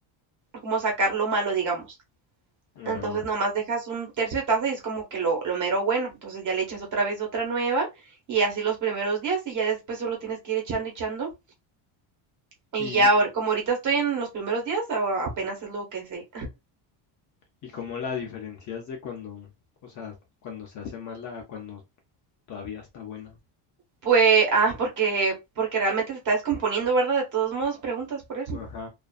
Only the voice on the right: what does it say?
como sacar lo malo, digamos.
Entonces nomás dejas un tercio de taza y es como que lo, lo mero bueno. Entonces ya le echas otra vez otra nueva y así los primeros días y ya después solo tienes que ir echando y echando. Y
ya, ahor- como ahorita estoy en los primeros días, a- apenas es lo que sé.
Pues, ah, porque, porque realmente se está descomponiendo, ¿verdad? De todos modos, preguntas por eso.